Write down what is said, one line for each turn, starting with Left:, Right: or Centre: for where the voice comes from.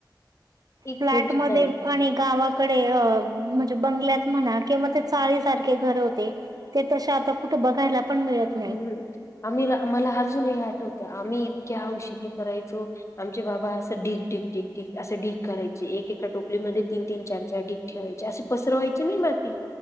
Left: एक
Right: फ्लॅटमध्ये
Left: थेंब सुद्धा नाही.
Right: आणि गावाकडे अ म्हणजे बंगल्यात म्हणा चाळी सारखे घरे होते ते आता कुठे बघायला पण मिळत नाही
Left: हम्म आम्ही मला अजूनही आठवतं आम्ही इतक्या हावशीने करायचो आमचे बाबा असं ढिग ढिग ढिग ढिग असं ढिग करायचे एक एका टोपलीमध्ये तीन तीन चार चार ढिग ठेवायचे असे पसरवायचे नाही माती